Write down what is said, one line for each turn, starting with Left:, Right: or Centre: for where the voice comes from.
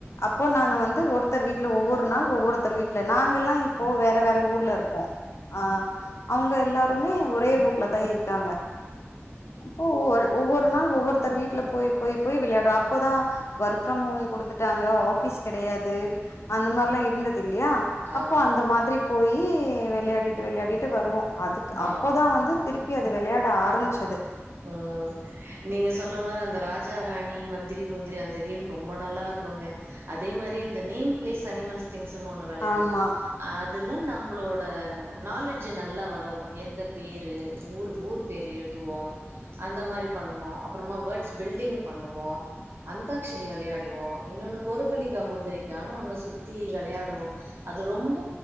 Left: இப்போ நாங்க வந்து ஒருத்தர் வீட்ல ஒவ்வொரு நாள் ஒவ்வொருத்தர் வீட்ல நாங்கள்லா இப்போ வேற வேற ஊர்ல இருக்கோ ஆ அவங்க எல்லாருமே ஒரே ஊர்ல தா இருக்காங்க அப்போ ஒரு ஒவ்வொரு நாள் ஒவ்வொருத்தர் வீட்டுல போய் போய் போய் விளையாடுவு அப்போதா ஒர்க் ஃப்ரம் ஹோம் கொடுத்துட்டாங்க ஆ ஃபீஸ் கெடையாது அந்த மாரில்லா இருந்தது இல்லையா
Right: ஆமா
Left: அப்போ அந்த மாதிரி போய் யி விளையாடிட்டு விளையாடிட்டு வருவோ அதுக்கு அப்போதா
Right: ஆமா
Left: வந்து திருப்பி அது விளையாட ஆரம்பிச்சது
Right: ம் நீங்க சொல்ற மாரி அந்த ராஜா ராணி மந்திரி முந்திரி அந்த கேம் ரொம்ப நல்லா இருக்குங்க அதே மா ரி இந்த நேம் பிளேஸ் அனிமல்ஸ் திங்க்ஸுனு ஒண்ணு வெளையாடுவோ
Left: ஆமா
Right: அதுலா நம்பளோ ட நாலஜ்ஜு நல்லா வளரு எந்த பேரு ஊரு ஊரு பேரு எழுதுவோ அந்த மாரி பண்ணுவோ அப்புறமா வேர்ட்ஸ் பில்டிங் பண்ணுவோ அந்தாக்ஷரி விளையாடுவோ இன்னொன்னு கொறுக்களிக்கா முந்திரிக்கான்னு ஒன்னு சுத்தி விளையாடுவோ அது ரொம்ப